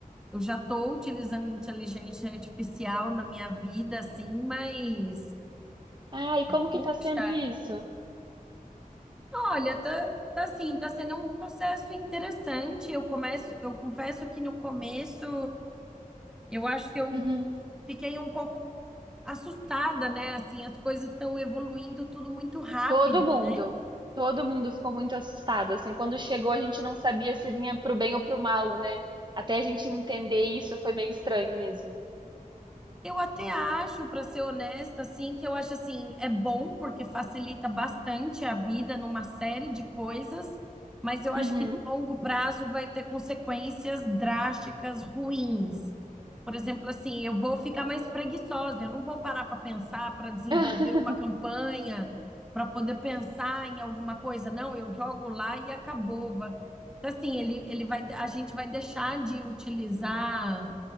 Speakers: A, in the centre; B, on the right.
A: Eu já estou utilizando inteligência artificial na minha vida, assim, mas,
B: <laughs> ai, como
A: puxa,
B: que tá sendo isso?
A: olha, tá, tá assim, tá sendo um processo interessante. Eu começo, eu confesso que no começo eu acho que eu
B: Uhum.
A: fiquei um pouco assustada, né? Assim, as coisas estão evoluindo tudo muito rápido,
B: Todo mundo,
A: né?
B: todo mundo ficou muito assustado, assim, quando chegou a gente não sabia se vinha pro bem ou pro mal, né? Até a gente entender isso foi meio estranho mesmo.
A: Eu até acho, para ser honesta, assim, que eu acho assim, é bom porque facilita bastante a vida numa série de coisas, mas eu acho
B: Uhum.
A: que no longo prazo vai ter consequências drásticas ruins. Por exemplo, assim, eu vou ficar mais preguiçosa, eu não vou parar para pensar, para desenvolver
B: <laughs>
A: uma campanha, para poder pensar em alguma coisa. Não, eu jogo lá e acabou. va- Então, assim, ele, ele vai, a gente vai deixar de utilizar